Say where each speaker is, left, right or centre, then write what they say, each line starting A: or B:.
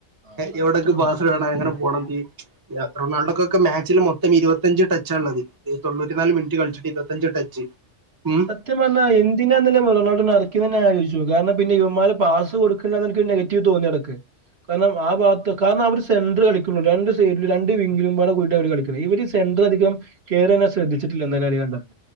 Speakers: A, on the right; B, on the right.
A: ആ സത്യം
B: എവിടെക്ക് പാസ്സ്
A: തന്നെ
B: ഇടണം എങ്ങനെ പോണം തീ റൊണാൾഡോക്കൊക്കെ മാച്ചിൽ മൊത്തം ഇരുപത്തഞ്ച് ടച്ചാ ഉള്ളത് ഈ തൊണ്ണൂറ്റി നാല് മിനിറ്റ് കളിച്ചിട്ട് ഇരുപത്തഞ്ച് ടച്ച് ഉം
A: സത്യം പർഞ്ഞാ എന്ത് പിന്നെ എന്തിനാ റൊണ്ടാൾഡോനെ എറക്കിയേന്ന് തന്നെ ആലോയ്ച്ചു നോക്ക് കാരണം പിന്നെ ഇവമ്മാര് പാസ് കൊടുക്കണ്ട എനിക്ക് ഒരു നെഗറ്റീവ് തോന്നി എനിക്ക് കാരണം ആ ഭാഗത്ത് കാരണം അവര് സെൻററ് കളിക്കൂള്ളു രണ്ട് സെഡ്ല് രണ്ട് വിങ്ങിലും പാടെ കൂടിയിട്ട് അവര് കളിക്കും ഇവര് സെൻറർ അധികം കയറനെ ശ്രദ്ധിച്ചിട്ടില്ല എന്തായാലും അറിയ കണ്ടപ്പോ